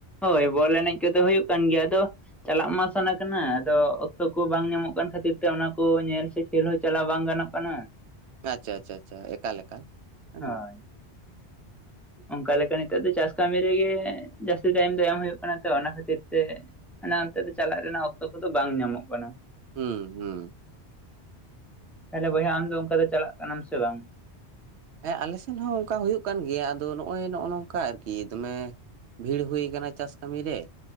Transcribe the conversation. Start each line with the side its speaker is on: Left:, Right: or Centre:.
Centre: ᱦᱳᱭ ᱵᱚᱞ ᱮᱱᱮᱡ ᱠᱚᱫᱚ ᱦᱩᱭᱩᱜ ᱠᱟᱱ ᱜᱮᱭᱟ, ᱟᱫᱚ ᱪᱟᱞᱟᱜ ᱢᱟ ᱥᱟᱱᱟ ᱠᱟᱱᱟ, ᱟᱫᱚ ᱚᱠᱛᱚ ᱠᱚ ᱵᱟᱝ ᱧᱟᱢᱚᱜ ᱠᱟᱱ ᱠᱷᱟᱹᱛᱤᱨ ᱛᱮ ᱚᱱᱟ ᱠᱚ ᱧᱮᱞ ᱥᱮ ᱠᱷᱮᱞ ᱦᱚᱸ ᱪᱟᱞᱟᱣ ᱵᱟᱝ ᱜᱟᱱᱚᱜ ᱠᱟᱱᱟ ᱾
Right: ᱟᱪᱪᱷᱟ ᱟᱪᱪᱷᱟ ᱟᱪᱪᱷᱟ ᱮᱠᱟᱞ ᱮᱠᱟᱞ ᱦᱮᱸ
Centre: ᱦᱳᱭ
Right: ᱾
Centre: ᱚᱱᱠᱟ ᱞᱮᱠᱟ ᱱᱤᱛᱚᱜ ᱫᱚ ᱪᱟᱥ ᱠᱟᱹᱢᱤ ᱨᱮᱜᱮ ᱡᱟᱹᱥᱛᱤ ᱴᱟᱭᱤᱢ ᱫᱚ ᱮᱢ ᱦᱩᱭᱩᱜ ᱠᱟᱱᱟ ᱛᱚ ᱚᱱᱟ ᱠᱷᱟᱹᱛᱤᱨ ᱛᱮ ᱢᱟᱱᱮ ᱚᱱᱛᱮ ᱫᱚ ᱪᱟᱞᱟᱜ ᱨᱮᱱᱟᱜ ᱚᱠᱛᱚ ᱠᱚᱫᱚ ᱵᱟᱝ ᱧᱟᱢᱚᱜ ᱠᱟᱱᱟ ᱾
Right: ᱦᱩᱸ ᱦᱩᱸ ᱾
Centre: ᱛᱟᱦᱚᱞᱮ ᱵᱚᱭᱦᱟ ᱟᱢ ᱫᱚ ᱚᱱᱠᱟ ᱫᱚ ᱪᱟᱞᱟᱜ ᱠᱟᱱᱟᱢ ᱥᱮ ᱵᱟᱝ?
Right: ᱦᱮᱸ ᱟᱞᱮ ᱥᱮᱱ ᱦᱚᱸ ᱚᱱᱠᱟ ᱦᱩᱭᱩᱜ ᱠᱟᱱ ᱜᱮᱭᱟ, ᱟᱫᱚ ᱱᱚᱜᱼᱚᱭ ᱱᱚᱜᱼᱚ ᱱᱚᱝᱠᱟ ᱟᱨᱠᱤ ᱫᱚᱢᱮ ᱵᱷᱤᱲ ᱦᱩᱭ ᱠᱟᱱᱟ ᱪᱟᱥ ᱠᱟᱹᱢᱤ ᱨᱮ,